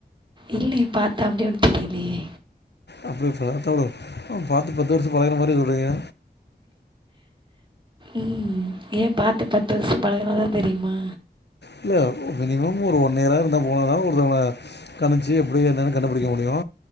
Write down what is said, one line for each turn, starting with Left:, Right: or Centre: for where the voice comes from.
Right: இல்லயே பாத்தா அப்டி ஒன் தெரியிலியே
Left: அப்டியா பாத்தோடு பாத்து பத்து வருஷ பழகுன மாரி சொல்றீங்க
Right: ம் ஏ பாத்து பத்து வருஷ பழகுனதா தெரியுமா
Left: இல்ல மினிமம் ஒரு ஒன் இயராது இருந்தா போனதா ஒரு தவன கனிச்சு எப்டி என்னென்னு கண்டுபிடிக்க முடியு